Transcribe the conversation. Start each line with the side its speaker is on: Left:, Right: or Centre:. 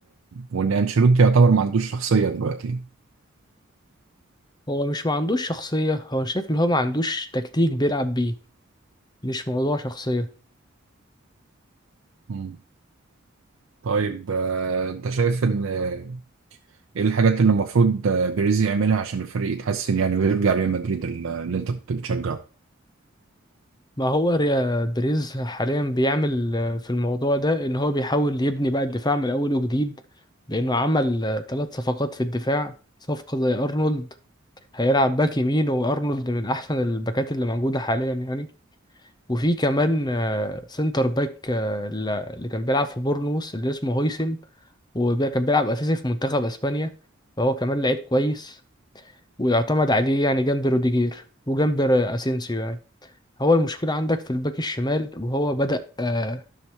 Right: وان انشيلوتي يعتبر ما عندوش شخصية دلوقتي
Left: هو مش ما عندوش شخصية هو شايف اللي هو ما عندوش تكتيك بيلعب بيه مش موضوع شخصية
Right: مم. طيب آه، انت شايف ان آه، ايه الحاجات اللي المفروض آه، بيريز يعملها عشان الفريق يتحسن يعني ويرجع ريال مدريد ال- اللي انت كنت بتشجعه
Left: ما هو ريا بريز حاليا بيعمل آه، في الموضوع ده ان هو بيحاول يبني بقى الدفاع من اول وجديد لانه عمل آه، ثلاث صفقات في الدفاع صفقة زي ارنولد هيلعب باك يمين وارنولد من احسن الباكات اللي موجودة حاليا يعني وفي كمان آه، سنتر باك آه، الل- اللي كان بيلعب في بورنموث اللي اسمه هويسن وكان بيلعب أساسي في منتخب أسبانيا فهو كمان لعيب كويس ويعتمد عليه يعني جنب روديجير وجنب آه، أسينسيو يعني هو المشكلة عندك في الباك الشمال وهو بدأ آه،